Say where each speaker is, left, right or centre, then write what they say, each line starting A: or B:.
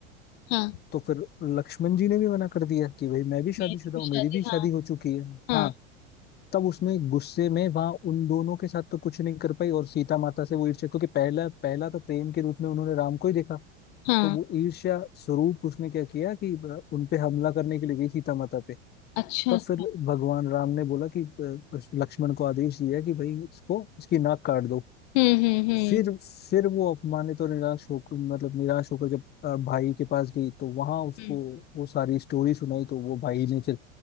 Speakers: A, on the left; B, on the left.
A: हाँ
B: तो फिर लक्ष्मण जी ने भी मना कर दिया कि भाई मैं भी शादीशुदा
A: मेरी भी
B: हूँ
A: शादी
B: मेरी भी शादी
A: हाँ
B: हो चुकी है
A: हाँ
B: हाँ तब उसने गुस्से में वहां उन दोनों के साथ तो कुछ नहीं कर पाई और सीता माता से वो ईर्ष्या क्योंकि पहला पहला तो प्रेम के रूप में उन्होंने राम को ही देखा
A: हाँ
B: तो वो ईर्ष्या स्वरूप उसने क्या किया कि अ, उन पे हमला करने के लिए गई सीता माता पे
A: अच्छा
B: तब
A: अच्छा
B: फिर भगवान राम ने बोला कि अ, लक्ष्मण को आदेश दिया कि भाई इसको इसकी नाक काट दो
A: हम्म हम्म हम्म
B: फिर फिर वो अपमानित और निराश होकर मतलब निराश होकर जब अ, भाई के पास गई तो वहां उसको
A: हम्म।
B: वो सारी स्टोरी सुनाई तो वो भाई ने फिर